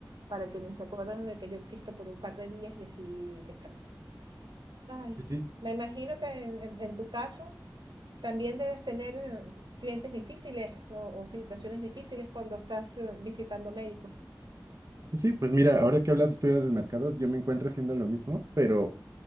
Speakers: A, on the right; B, on the right.
A: para que ni se acuerden de que yo existo por un par de días y así descanso. Ay,
B: Sí, sí.
A: me imagino que en, en tu caso también debes tener eh, clientes difíciles o, o situaciones difíciles cuando estás eh, visitando médicos.
B: Pues Sí, pues mira, ahora que hablas de estudios del mercados, yo me encuentro haciendo lo mismo, pero